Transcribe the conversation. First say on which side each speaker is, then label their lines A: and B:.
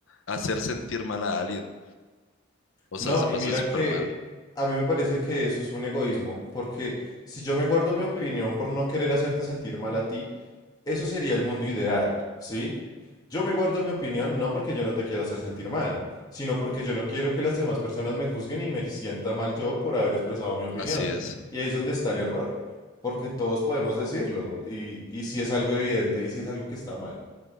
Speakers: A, on the left; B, on the left.
A: hacer sentir mal a alguien. O
B: No,
A: sea, se me
B: y mira
A: hace súper
B: que
A: mal.
B: a mí me parece que eso es un egoísmo, porque si yo me guardo mi opinión por no querer hacerte sentir mal a ti, eso sería el mundo ideal, ¿sí? Yo me guardo mi opinión no porque yo no te quiera hacer sentir mal, sino porque yo no quiero que las demás personas me juzguen y me sienta mal yo por haber expresado mi opinión.
A: Así es.
B: Y ahí es donde está el error, porque todos podemos decirlo, y, y si es algo evidente y si es algo que está mal,